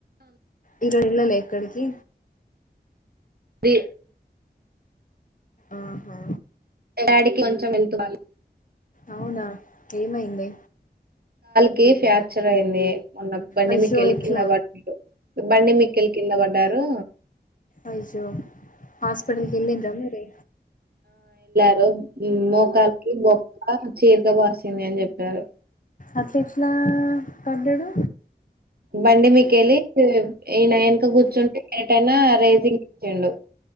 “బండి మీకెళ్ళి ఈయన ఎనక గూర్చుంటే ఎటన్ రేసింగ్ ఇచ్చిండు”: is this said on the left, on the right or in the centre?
Right